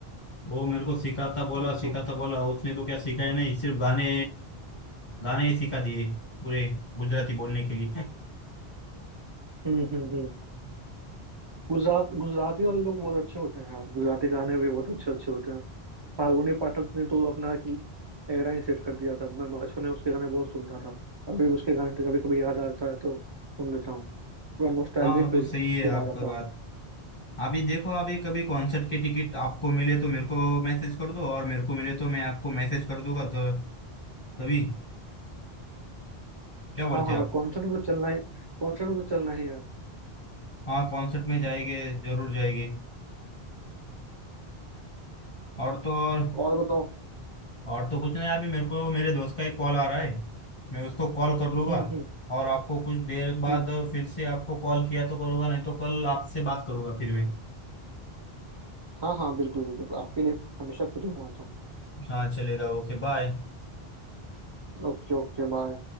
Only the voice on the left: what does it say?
वो मेरे को सिखाता बोला
सिखाता बोला उसने तो क्या सिखाया नहीं सिर्फ गाने गाने ही सिखा दिए पूरे गुजराती बोलने के लिए
<laughs>
हाँ तो
सही है
आपका
बात
अभी देखो अभी कभी कॉन्सर्ट की टिकट आपको मिले तो मेरे को मैसेज कर दो और मेरे को मिले तो मैं आपको मैसेज कर दूंगा तो तभी क्या बोलते
हैं आप
हाँ कॉन्सर्ट में जाएंगे जरूर जाएंगे और तो और
और तो कुछ नहीं अभी मेरे को मेरे दोस्त का एक कॉल आ रहा है मैं उसको कॉल कर लूंगा
और आपको कुछ देर बाद
फिर से आपको कॉल किया तो करूंगा नहीं तो कल आपसे बात करूंगा फिर मैं
हाँ चलेगा ओके बाय